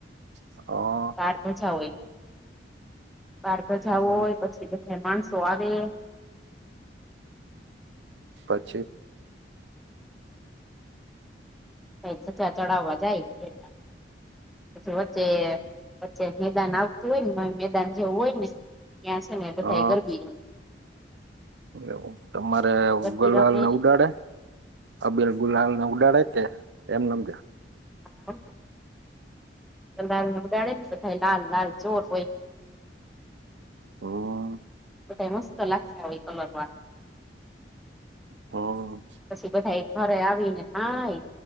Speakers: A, on the right; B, in the centre.
A: હા.
B: બાર ધજા હોય. બાર ધજા
A: હ
B: હોય પછી, બધા માણસો આવે.
A: પછી?
B: <inaudible> ધજા ચઢાવવા જાય <inaudible> પછી વચ્ચે-વચ્ચે મેદાન આવતું હોય ને <unintelligible> દાન જેવું હોય ને ન્યાં છે ને બધાઈ
A: હા
B: ગરબી રમે.
A: એવું. તમારે
B: ગરબી
A: ગુલાલ
B: રમે
A: ને ઉડાડે? અબિલ ગુલાલ ને ઉડાડે કે? એમમજ.
B: હા. ગુલાલ ને ઉડાડે, ને બધાઈ લાલ-લાલ ચોર હોય.
A: હમ
B: બધાઈ મસ્ત લાગશ તા હોય કલરમાં.
A: હા.
B: પછી બધાઈ ઘરે આવી ને નાહી,